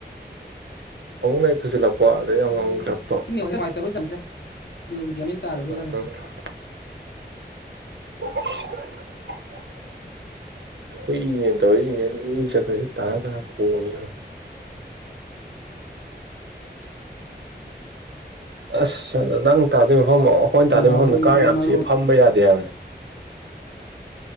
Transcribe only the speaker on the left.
<unintelligible>
ꯅꯠꯇꯦ
ꯅꯦꯠꯋꯥꯛꯁꯦ
ꯃꯔꯣꯟ